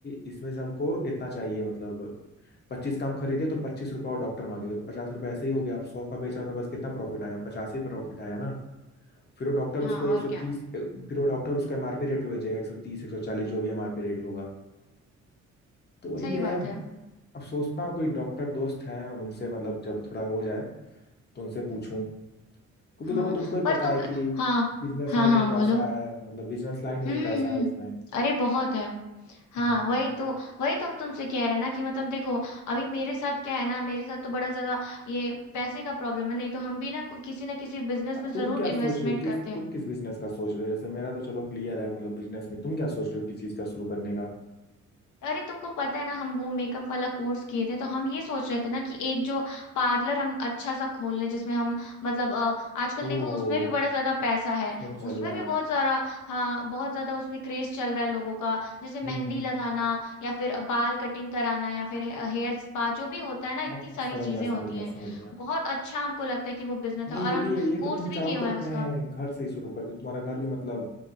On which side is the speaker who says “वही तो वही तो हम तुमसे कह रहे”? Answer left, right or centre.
Left